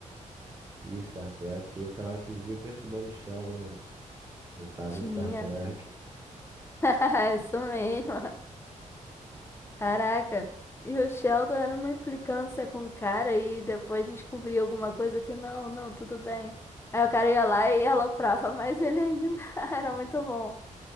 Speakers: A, on the right; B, on the left.
A: E Star Trek, tinha um cara que vivia perturbando o Sheldon, né? Ele tava
B: Tinha.
A: em Star Trek.
B: <laughs> Isso mesmo. Caraca. E o Sheldon era uma implicância com o cara e depois descobria alguma coisa que não, não, tudo bem. Aí o cara ia lá e aloprava mais ele ainda. <laughs> Era muito bom.